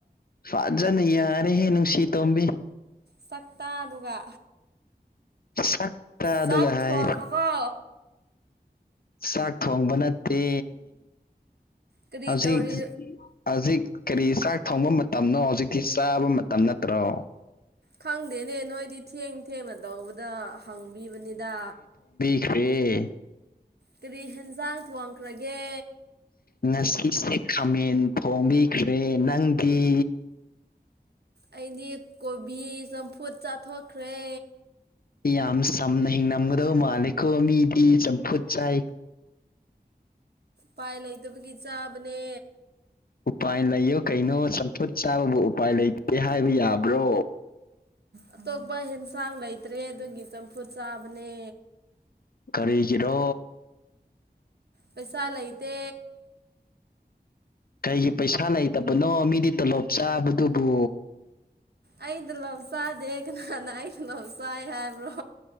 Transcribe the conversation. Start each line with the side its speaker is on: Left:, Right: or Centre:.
Left: ꯐꯥꯖꯅ ꯌꯥꯔꯦꯍꯦ ꯅꯨꯡꯁꯤ ꯇꯣꯝꯕꯤ
Right: ꯁꯛꯇꯥꯗꯨꯒ
Left: ꯁꯛꯇ
Right: ꯆꯥꯛ
Left: ꯑꯗꯨꯒ ꯍꯥꯏ
Right: ꯊꯣꯡꯉꯕꯣ
Left: ꯆꯥꯛ ꯊꯣꯡꯕ ꯅꯠꯇꯦ
Right: ꯀꯔꯤ
Left: ꯍꯧꯖꯤꯛ
Right: ꯇꯧꯔꯤ
Left: ꯁ ꯍꯧꯖꯤꯛ ꯀꯔꯤ ꯆꯥꯛ ꯊꯣꯡꯕ ꯃꯇꯝꯅꯣ ꯍꯧꯖꯤꯛꯇꯤ ꯆꯥꯕ ꯃꯇꯝ ꯅꯠꯇ꯭ꯔꯣ
Right: ꯈꯪꯗꯦꯅꯦ ꯅꯣꯏꯗꯤ ꯊꯦꯡ ꯊꯦꯡꯅ ꯇꯧꯕꯗ ꯍꯪꯕꯤꯕꯅꯤꯗ
Left: ꯊꯥꯏꯌ‌ꯦ
Right: ꯀꯔꯤ ꯍꯦꯟꯖꯥꯡ ꯊꯣꯡꯈ꯭ꯔꯒꯦ
Left: ꯉꯁꯤꯁꯦ ꯈꯥꯃꯦꯟ ꯊꯣꯡꯕꯤꯈ꯭ꯔꯦ ꯅꯪꯒꯤ
Right: ꯑꯩꯗꯤ ꯀꯣꯕꯤ ꯆꯝꯐꯨꯠ ꯆꯥꯊꯣꯛꯈ꯭ꯔꯦ
Left: ꯌꯥꯝ ꯁꯝꯅ ꯍꯤꯡꯅꯝꯒꯗꯕ ꯃꯥꯂꯦꯀꯣ ꯃꯤꯗꯤ ꯆꯝꯐꯨꯠ ꯆꯥꯏ
Right: ꯄꯥꯏ ꯂꯩꯇꯕꯒꯤ ꯆꯥꯕꯅꯦ
Left: ꯎꯄꯥꯏ ꯂꯩꯌꯨ ꯀꯩꯅꯣ ꯆꯝꯐꯨꯠ ꯆꯥꯕꯕꯨ ꯎꯄꯥꯏ ꯂꯩꯇꯦ ꯍꯥꯏꯕ ꯌꯥꯕ꯭ꯔꯣ
Right: ꯑꯇꯣꯞꯄ ꯍꯦꯟꯁꯥꯡ ꯂꯩꯇ꯭ꯔꯦ ꯑꯗꯨꯒꯤ ꯆꯝꯐꯨꯠ ꯆꯥꯕꯅꯦ
Left: ꯀꯔꯤꯒꯤꯔꯣ
Right: ꯄꯩꯁꯥ ꯂꯩꯇꯦ
Left: ꯀꯩꯒꯤ ꯄꯩꯁꯥ ꯂꯩꯇꯕꯅꯣ ꯃꯤꯗꯤ ꯇꯣꯂꯣꯞ ꯆꯥꯕꯗꯨꯕꯨ
Right: ꯑꯩ ꯗ‌ꯣꯂꯣꯞ ꯆꯥꯗꯦ ꯀꯅꯥꯅ ꯑꯩꯩ ꯇ‌ꯣꯂꯣꯞ ꯆꯥꯏ ꯍꯥꯏꯕ꯭ꯔꯣ